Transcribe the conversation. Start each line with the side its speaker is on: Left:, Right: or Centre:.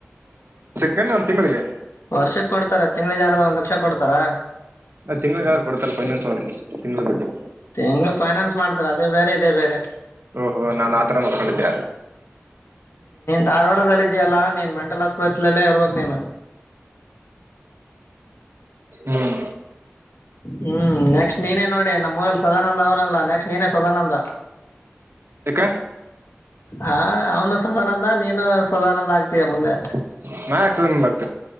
Right: ಕನ್ನನ್ ತಿಂಳಿಗೆ
Left: ವರ್ಷಕ್ ಕೊಡ್ತಾರ ತಿಂಗಳಿ ಗೆ ಯಾರ ಒಂದ್ ಲಕ್ಷ ಕೊಡ್ತಾರ
Right: ತಿಂಗಳ ಕೊಡ್ತಾರೆ ಫೈನಾನ್ಸ್ ಒಳಗೆ ತಿಂಗಳಳಗ್ ಬಟ್ಟಿ
Left: ತೆಂಗಳ ಫೈನಾನ್ಸ್ ಮಾಡ್ತಾರೆ ಅದೇ ಬೇರೆ ಇದೇ ಬೇರೆ
Right: ಓಹೋ ನಾನ್ ಆತರ ಮತ್ಕೊಂಡಿದ್ದೆ
Left: ಧಾರವಾಡದಲ್ಲ ಇದ್ಯಲ್ಲಾ ನೀನ್ ಮೆಂಟಲ್ ಆಸ್ಪತ್ರೆಲ್ಲೇ ಇರ್ಬೇಕಕ್ ನೀನ್
Right: ಹ್ಮ್
Left: ಹ್ಮ್ ನೆಕ್ಸ್ಟ್ ನೀನೇ ನೋಡಿ ನಮ್ಮ ಊರಲ್ಲಿ ಸದಾನಂದ ಅವ್ನಲ್ಲ ನೆಕ್ಸ್ಟ್ ನೀನೇ ಸದಾನಂದ
Right: ಯಾಕೆ
Left: ಹ ಅವನು ಸದಾನಂದ ನೀನು ಸದಾನಂದ ಆಗ್. ಆಗತಿಯ ಮುಂದೆ.
Right: <inaudible> ದಿನ ಬ